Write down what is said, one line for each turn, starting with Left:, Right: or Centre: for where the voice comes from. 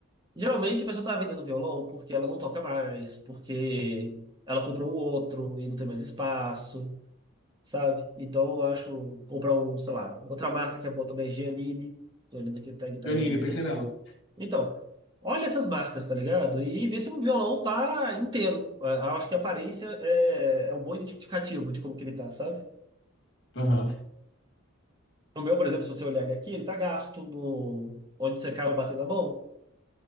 Right: Geralmente a pessoa tá vendendo violão porque ela não toca mais, porque ela comprou um outro e não tem mais espaço, sabe? Então eu acho. Comprar um, sei lá, outra marca que é boa também é Giannini. Tô olhando aqui o tag tá
Left: Janine,
Right: da.
Left: pensei
Right: da-
Left: nela.
Right: Então, olha essas marcas, tá ligado? E vê se o violão tá inteiro. Eu acho que a aparência é, é um bom indicativo de como que ele tá, sabe?
Left: Aham.
Right: O meu, por exemplo, se você olhar ele aqui, ele tá gasto no... onde você acaba batendo a mão.